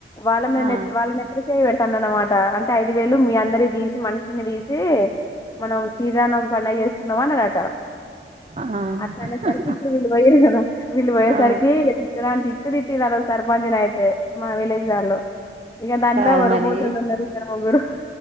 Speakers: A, on the left (about 20°); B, on the right (about 35°).
A: వాళ్ల మీద
B: ఆ
A: నెట్ వాళ్ళ నెత్తిన చేయి పెడ అనమాట అంటే ఐదు వేలు మీ అందరి తీసి మనిషికిన్ని తీసి మనం శ్రీ రామనవమి పండగ చేసుకుందాం అన్నడట
B: ఆ
A: అట్లా అనేసరికి ఇప్పుడు వీళ్ళు పోయారు కదా వీళ్ళు పోయేసరికి
B: ఆ
A: తిట్టరాని తిట్ మస్త్ తిట్టిరూ ఆరోజు సర్పంచ్ ని అయితే మా విలేజ్ వాళ్ళు ఇంక దానిలో
B: కాదు
A: వర్బోతులు
B: మరి
A: ఉన్నారు ఇద్దరు ముగురు